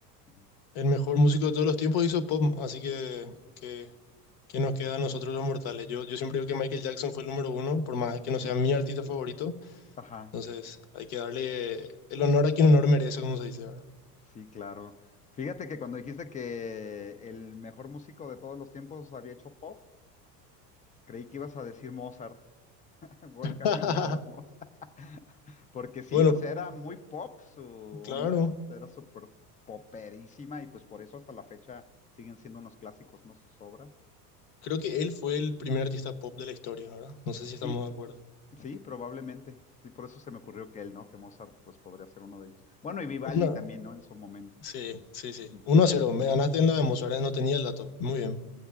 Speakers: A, on the left (about 20°); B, on the left (about 50°).
A: Ujú.
B: El mejor músico de todos los tiempos hizo pop, así que, que, que nos queda a nosotros los mortales. Yo, yo siempre digo que Michael Jackson fue el número uno, por más que no sea mi artista favorito.
A: Ajá.
B: Entonces, hay que darle el honor a quien honor merece, como se dice ahora.
A: Sí, claro. Fíjate que cuando dijiste que el mejor músico de todos los tiempos había hecho pop, creí que ibas a decir Mozart, <laughs> Wolfgang
B: <laughs>
A: Amadeus Mozart. <laughs> Porque sí,
B: Bueno,
A: o sea, era muy pop su onda,
B: claro.
A: era súper poperísima y pues por eso hasta la fecha siguen siendo unos clásicos, ¿no? Sus obras.
B: Creo que él fue el primer artista pop de la historia, ¿verdad? No sé si estamos
A: Sí,
B: de acuerdo.
A: sí, probablemente. Sí, por eso se me ocurrió que él, ¿no? Que Mozart pues podría ser uno de ellos. Bueno, y Vivaldi
B: Una.
A: también, ¿no? En su momento.
B: Sí, sí, sí.
A: <laughs>
B: uno a 0. Me ganaste en la de Mozart, ¿eh? no tenía el dato. Muy bien.